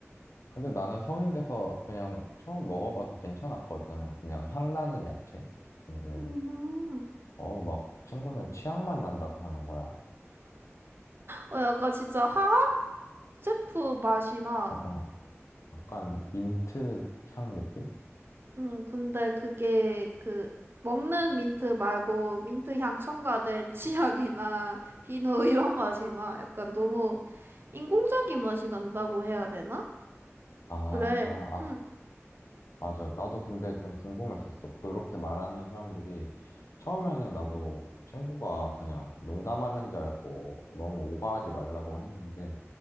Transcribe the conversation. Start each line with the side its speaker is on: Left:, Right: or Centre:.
Left: 근데 나는 성인 돼서 그냥 처음 먹어봐도 괜찮았거든. 그냥 향 나는 야채? 근데
Right: 음,
Left: 어, 막 친구는 치약만 난다고 하는 거야.
Right: 어, 약간 진짜 화학 제품 맛이나
Left: 어, 어. 약간 민트 향 느낌?
Right: 음, 근데 그게 그 먹는 민트 말고 민트 향 첨가된 치약이나 비누 <laughs> 이런 맛이 나. 약간 너무 인공적인 맛이 난다고 해야 되나?
Left: 아,
Right: 그래.
Left: 아,
Right: 음.
Left: 맞아. 나도 근데 좀 궁금했었어. 그렇게 말하는 사람들이 처음에는 나도 친구가 그냥 농담하는 줄 알고 너무 오버하지 말라고 했는데